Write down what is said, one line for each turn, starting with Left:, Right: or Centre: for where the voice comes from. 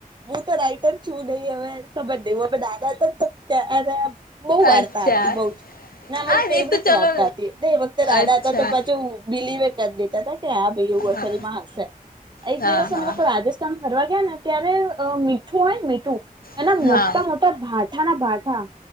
Right: હું તો રાઈટ ત છું નહી હવે ખબર ન હ દાદા હતા ત ત્યાર બઉ
Left: અચ્છા
Right: વાર્તા આપતી બઉ ને
Left: હા
Right: મારી ફેવરેટ
Left: એ તો ચલો
Right: વાર્તા હતી એ વખતે દાદા
Left: અચ્છા
Right: હતા તો પાછું બિલીવે કરી દેતા હતા કે
Left: હા
Right: લમાં હ એક
Left: હા
Right: દિવસ અમે
Left: હા
Right: લોકો રાજસ્થાન ફરવા ગયા ને ત્યારે મીઠું હોય ને મીઠું એના
Left: હા
Right: મોટા મોટા ભાઠાના ભથા-